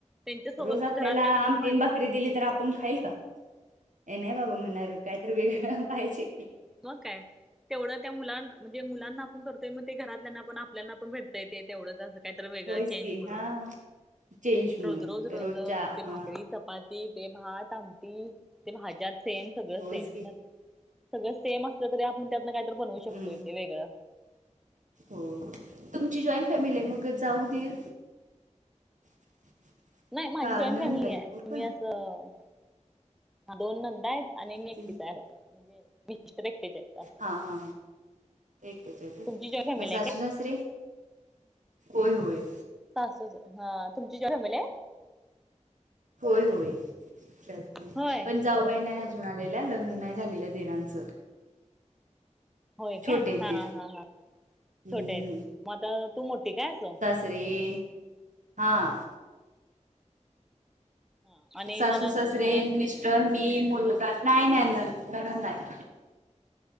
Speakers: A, in the centre; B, on the right.
A: त्यांच्यासोबत
B: रोज
A: मग
B: आपल्याला
A: घरातल्यांना
B: आमटीन,
A: पण म्हण
B: भाकरी, दिली तर आपण खाईल का? ये नही बाबा म्हणणार काहीतरी वेगळं गा पाहियजे
A: मग काय तेवढं त्या मुलां म्हणजे मुलांना आपुण करतोय, मग ते घरातल्यांना पण आपल्याना पण भेट ते ते तेवढंच अस काहीतर वेगळं
B: होयच
A: चेंज
B: की
A: म्हणून
B: हा चेंज म्हणून
A: रोज, रोज र
B: रोजच्या
A: ल ते
B: हा
A: भाकरी चपात ती ते भात आमटी ते भाज्यात सेम सगळं
B: होयच
A: सेम.
B: की
A: सगळं सेम असलं तरी, आपुण त्यातन कायतरी बनवू शकतोय
B: हम्म
A: ते वेगळं.
B: हो तुमची जॉईंट फॅमिली मग जाऊ दिर <inaudible>
A: नाही माझी
B: का
A: जॉईंट
B: ननंदबाई
A: फॅमिली आहे
B: कुठं
A: मी असं हा दोन नंदा आहेत, आणि मि
B: नाही
A: एकटीच आहे, म्हणजे मिस्टर एकटेच आहेत. असं
B: हा हा एकच आहे त
A: तुमची जॉईंट फॅमिली
B: म सासू
A: आहे का
B: सासरें होय, होय.
A: सासु च हा तुमची जॉईन फॅमिली आहे.
B: होय, होय, च
A: होय.
B: जाऊबाई नाही अजून आलेल्या, लग्न नाही झालेल्या दिरांचं.
A: होय
B: छोटे
A: काय हा,
B: आहेत दीर
A: हा, हा
B: हम्म
A: छोटे आहेत, म आता तू मोठी काय अस
B: तरी हा!
A: हा आणि
B: सासू
A: ननंद
B: सासरे
A: ननंद
B: न मिश तर मी मुलगा नाही नाही न ननद नाही.